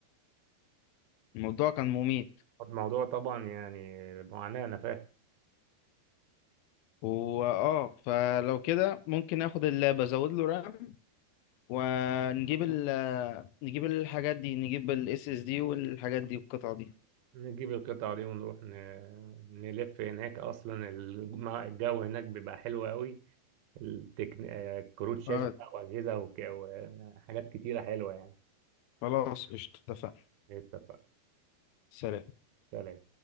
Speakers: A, on the left; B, on the right.
A: الموضوع كان مميت
B: الموضوع طبعا يعني معاناة انا فاهم
A: واه فلو كده ممكن اخد اللاب ازود له رام ونجيب ال نجيب الحاجات دي نجيب الاس اس دي والحاجات دي والقطع دي
B: نجيب القطع دي ونروح ن... نلف هناك اصلا الم- الجو هناك بيبقى حلو قوي التكن... آه، كروت شاشة
A: آه
B: بقى واجهزة وك... وحاجات كتيرة حلوة يعني
A: خلاص قشطة اتفقنا
B: اتفق
A: سلام
B: سلام